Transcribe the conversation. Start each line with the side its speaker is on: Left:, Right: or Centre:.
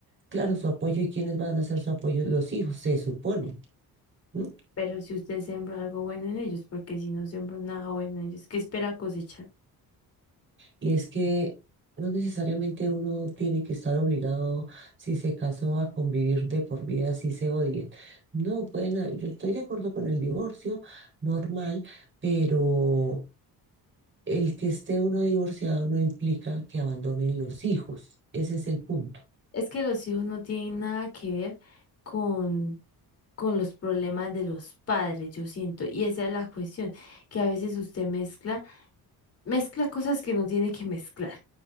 Right: claro, su apoyo y quiénes van a ser su apoyo, los hijos, se supone, ¿no?
Left: Pero si usted sembró algo bueno en ellos, porque si no sembró nada bueno en ellos, ¿qué espera cosechar?
Right: Y es que no necesariamente uno tiene que estar obligado, si se casó, a convivir de por vida, si se odien. No, pueden, ha- yo estoy de acuerdo con el divorcio normal, pero el que esté uno divorciado no implica que abandonen los hijos. Ese es el punto.
Left: Es que los hijos no tienen nada que ver con, con los problemas de los padres, yo siento. Y esa es la cuestión, que a veces usted mezcla mezcla cosas que no tiene que mezclar.